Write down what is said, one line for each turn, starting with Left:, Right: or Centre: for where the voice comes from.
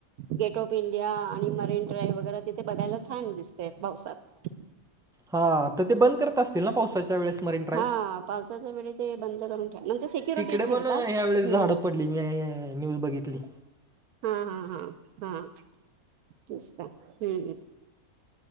Right: गेट ऑफ इंडिया आणि मरीन ड्राईव्ह वगेरा तिथे बघायला छान दिसते पावसात.
Centre: हा, आता ते बंद करत असतील ना पाऊसाच्या वेळेस? मरीन ड्राईव्ह
Right: हा पाऊसाच्या वेळी ते बंद करून ठेव, म्हणजे सिक्युरिटी
Centre: तिकडे
Right: ठेवतात,
Centre: पण ह्यावेेळेस
Right: हम्म.
Centre: झाडं पडली मी <unintelligible> न्यूज बघितली.
Right: हा हा हा हा, तीचका हम्म हम्म.